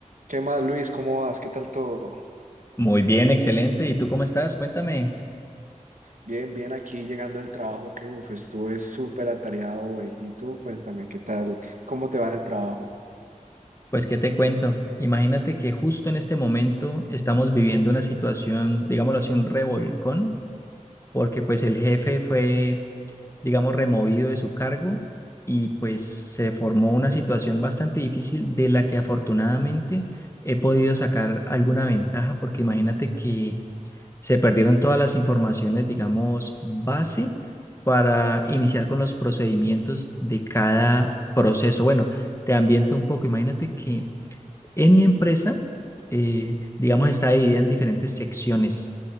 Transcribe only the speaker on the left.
Muy bien, excelente. ¿Y tú cómo estás? Cuéntame.
Pues, ¿qué te cuento? Imagínate que justo en este momento estamos viviendo una situación, digámoslo así, un revolcón, porque pues el jefe fue, digamos, removido de su cargo y pues se formó una situación bastante difícil de la que afortunadamente he podido sacar alguna ventaja, porque imagínate que se perdieron todas las informaciones, digamos, base para iniciar con los procedimientos de cada proceso. Bueno, te ambiento un poco. Imagínate que en mi empresa, eh, digamos, está dividida en diferentes secciones.